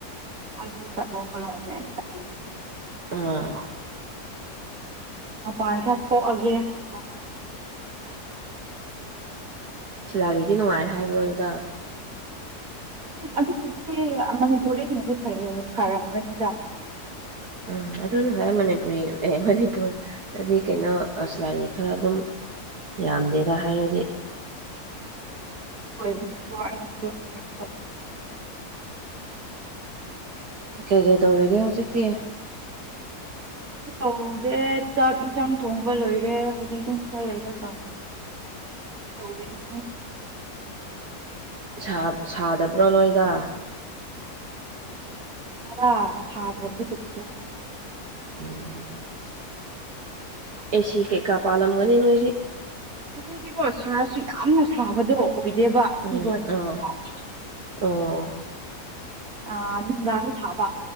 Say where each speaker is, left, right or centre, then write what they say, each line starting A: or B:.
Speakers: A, on the right; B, on the right.
A: ꯑꯗꯨꯔ ꯂꯣꯡꯀꯂ ꯍꯥꯏꯔꯃꯦ ꯇ
B: ꯑꯥ
A: ꯃꯄꯥꯟꯁ ꯊꯣꯛꯑꯒꯦ ꯍꯥꯏꯅꯀꯣ
B: ꯁꯤꯂꯥꯔꯤꯗꯤ ꯅꯨꯡꯉꯥꯏ ꯍꯥꯏꯕ꯭ꯔꯣ ꯑꯗꯨꯗ
A: ꯑꯗꯨꯕꯨꯗꯤ ꯃꯅꯤꯄꯨꯔ ꯑꯣꯏꯅꯗꯤ ꯐꯔꯝꯒꯅꯤꯗ
B: ꯎꯝ ꯑꯗꯨꯅ ꯈꯔ ꯃꯅꯤꯄꯨꯔꯤ ꯑꯦ ꯃꯅꯤꯄꯨꯔꯗꯗꯤ ꯀꯩꯅꯣꯁ ꯂꯥꯏꯔꯤ ꯈꯔ ꯑꯗꯨꯝ ꯌꯥꯝꯗꯦꯗ ꯍꯥꯏꯔꯗꯤ
A: ꯑꯣꯏꯕꯅꯤꯅꯀꯣ ꯑꯩꯅꯁꯨ ꯀ ꯇꯧꯕ
B: ꯀꯩ ꯀꯩ ꯇꯧꯔꯤꯒꯦ ꯍꯧꯖꯤꯛꯀꯤ
A: ꯇꯧꯗꯦ ꯆꯥꯛ ꯏꯟꯁꯥꯡ ꯊꯣꯡꯕ ꯂꯣꯏꯔꯦ ꯍꯧꯖꯤꯛ ꯑꯗꯨꯝ ꯈꯔ ꯂꯩꯔꯒ ꯇꯧꯔꯅꯤ
B: ꯁꯥꯞ ꯁꯥꯗꯕ꯭ꯔꯣ ꯅꯣꯏꯗ
A: ꯕ ꯁꯥꯗ꯭ꯔꯗꯤ ꯀꯁꯨꯣ <unintelligible>
B: ꯎꯝ ꯑꯦꯁꯤ ꯀꯩꯀꯥ ꯄꯥꯂꯝꯒꯅꯤ ꯅꯣꯏꯗꯤ
A: ꯑꯩꯈꯣꯏꯗꯤꯀꯣ ꯁꯥꯔꯁꯨ ꯌꯥꯝꯅ ꯁꯥꯕꯗꯣ ꯑꯣꯏꯗꯦꯕ
B: ꯎꯝ
A: ꯁꯤꯒꯣꯀꯣ
B: ꯑ ꯑꯣ
A: ꯑ ꯅꯨꯡꯗꯥꯡ ꯑꯗꯨ ꯊꯥꯕ